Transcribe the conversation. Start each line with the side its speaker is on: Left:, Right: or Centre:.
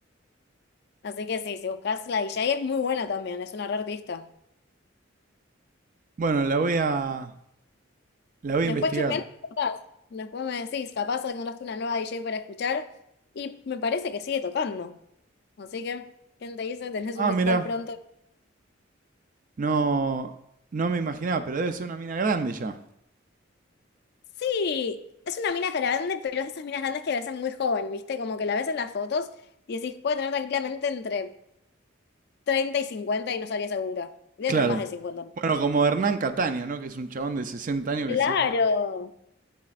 Left: Así que sí, si buscas la DJ es muy buena también, es una re artista.
Right: Bueno, la voy a, la voy
Left: Después
Right: a investigar.
Left: chusmeás, y tocás. después me decís, capaz encontraste una nueva DJ para escuchar. Y me parece que sigue tocando. Así que, ¿quién te dice? Tenés
Right: Ah,
Left: un recital
Right: mira,
Left: pronto.
Right: no, no me imaginaba, pero debe ser una mina grande ya.
Left: Sí, es una mina grande, pero es de esas minas grandes que ves muy joven, ¿viste? Como que la ves en las fotos y decís, puede tener tranquilamente entre 30 y cincuenta y no estaría segura. Debe
Right: Claro.
Left: tener más de 50.
Right: Bueno, como Hernán Cataño, ¿no? Que es un chabón de sesenta años
Left: Claro.
Right: que sigue tocando.